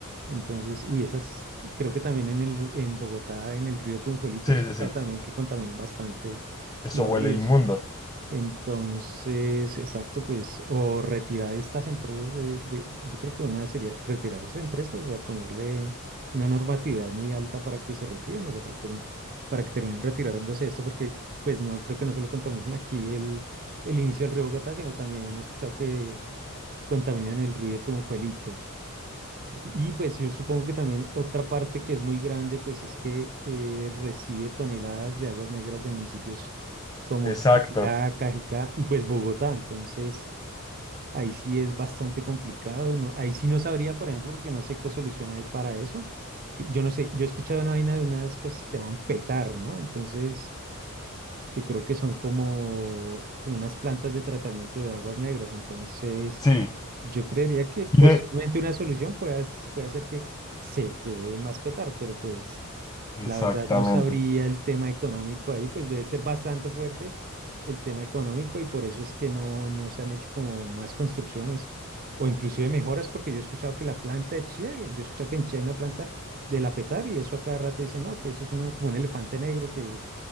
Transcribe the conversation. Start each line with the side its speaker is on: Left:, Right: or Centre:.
Right: Entonces, uy, esas creo que también en el, en Bogotá, en el río Tunjuelito,
Left: Sí,
Right: he escuchado
Left: sí, sí,
Right: también que contaminan bastante
Left: eso
Right: los
Left: huele
Right: ríos.
Left: inmundo.
Right: Entonces, exacto, pues, o retirar estas empresas de, de- yo creo que una sería retirar esas empresas, o sea, ponerle una normatividad muy alta para que se retiren, o sea, para que terminen, para que terminen retirándose esto, porque pues no, creo que no solo contaminan <laughs> aquí el, el inicio del río Bogotá, sino también he escuchado que contaminan el río Tunjuelito. Y pues yo supongo que también otra parte que es muy grande, pues es que eh, recibe toneladas de aguas negras de municipios como
Left: Exacto,
Right: Zipaquirá, Cajicá y pues Bogotá. Entonces, ahí sí es bastante complicado, ¿no? Ahí sí no sabría, por ejemplo, porque no sé qué solución hay para eso. Que- Yo no sé, yo he escuchado una vaina de unas cosas que se llaman petar, ¿no? Entonces, que creo que son como, como unas plantas de tratamiento de aguas negras. Entonces...
Left: sí.
Right: Yo creería que posiblemente
Left: Y de...
Right: una solución pueda, s- pueda ser que se creen más petar, pero pues la
Left: Exactamente.
Right: verdad no sabría el tema económico ahí, pues debe ser bastante fuerte el tema económico y por eso es que no, no se han hecho como más construcciones o inclusive mejoras, porque yo he escuchado que la planta de chía, yo he escuchado que en Chía hay una planta de la petar y eso a cada rato dicen, no, que eso es una, como un elefante negro que,